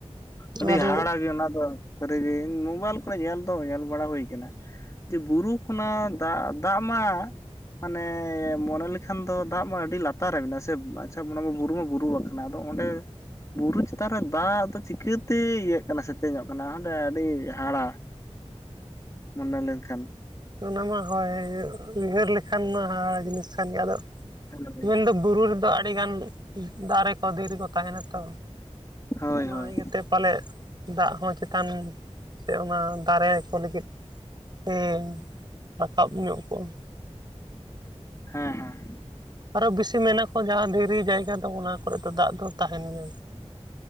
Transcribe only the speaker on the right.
ᱟᱫᱚ
ᱚᱱᱟ ᱢᱟ ᱦᱳᱭ ᱩᱭᱦᱟᱹᱨ ᱞᱮᱠᱷᱟᱱ ᱢᱟ ᱦᱟᱦᱲᱟ ᱡᱤᱱᱤᱥ ᱠᱟᱱ ᱜᱮᱭᱟ ᱟᱫᱚ
ᱢᱮᱱᱫᱚ ᱵᱩᱨᱩ ᱨᱮᱫᱚ ᱟᱹᱰᱤ ᱜᱟᱱ ᱫᱟᱨᱮ ᱠᱚ ᱫᱷᱤᱨᱤ ᱠᱚ ᱛᱟᱦᱮᱱᱟ ᱛᱚ
ᱚᱱᱟ
ᱤᱭᱟᱹᱛᱮ ᱯᱟᱞᱮᱫ ᱫᱟᱜ ᱦᱚᱸ ᱪᱮᱛᱟᱱ ᱥᱮ ᱚᱱᱟ ᱫᱟᱨᱮ ᱠᱚ ᱞᱟᱹᱜᱤᱫ ᱛᱮ ᱨᱟᱠᱟᱵ ᱧᱚᱜ ᱠᱚᱜᱼᱟ
ᱟᱨᱚ ᱵᱤᱥᱤ ᱢᱮᱱᱟ ᱠᱚ ᱡᱟᱦᱟᱸ ᱫᱷᱤᱨᱤ ᱡᱟᱭᱜᱟ ᱫᱚ ᱚᱱᱟ ᱠᱚᱨᱮ ᱫᱚ ᱫᱟᱜ ᱫᱚ ᱛᱟᱦᱮᱱ ᱜᱮᱭᱟ᱾